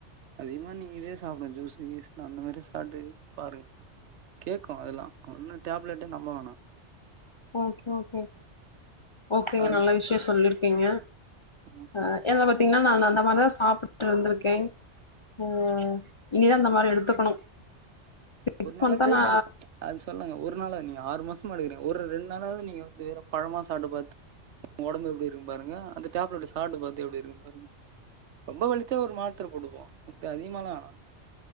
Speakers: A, on the right (about 70°); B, on the left (about 45°).
A: அதிகமா நீங்க இதே சாப்டுங்க ஜூஸு கீஸ்லா அந்த மாரி சாப்ட்டு பாருங்க கேக்கு அதெல்லா ஒன்னு டப்லெட்டே நம்ம வணா
B: ஓகே ஓகே ஓகேங்க
A: கால்
B: நல்ல விஷயோ சொல்லிருக்கீங்க
A: ஆமா.
B: அ என்ன பாத்தீங்ன்னா நா அந்த அந்த மாரிதா சாப்ட்டு இருந்திருக்கே ம் இனிதா இந்த மாரி எடுத்துக்கணு நெக்ஸ்ட்
A: ஒரு நாளா
B: மந்த்தா
A: ட்ரை
B: நா
A: பண்ணிப் அது சொல்லாங்க ஒரு நாள நீங்க ஆறு மாசமா எடுக்கிறீங்க ஒரு ரெண்டு நாளாவ நீங்க வந்து வேறு பழமா சாப்ட்டு பாத்து உங்க ஒடம்பு எப்டி இருக்கு பாருங்க அந் தடேப்லெட் சாப்டு பாத்து எப்டி இருக்கு பாருங்க ரொம்ப வலிச்சா ஒரு மாத்தர போடுவோ மித்த அதிகம லா வேனா